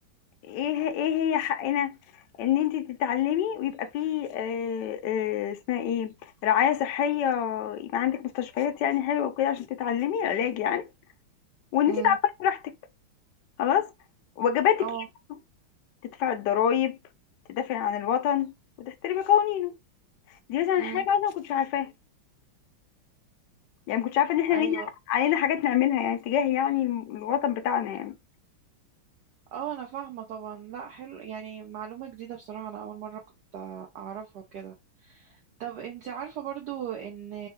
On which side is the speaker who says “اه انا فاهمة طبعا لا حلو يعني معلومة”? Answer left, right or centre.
Right